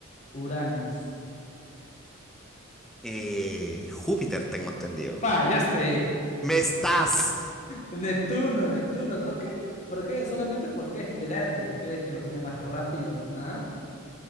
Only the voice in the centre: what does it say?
Eh, Júpiter, tengo entendido.
¿Me estás?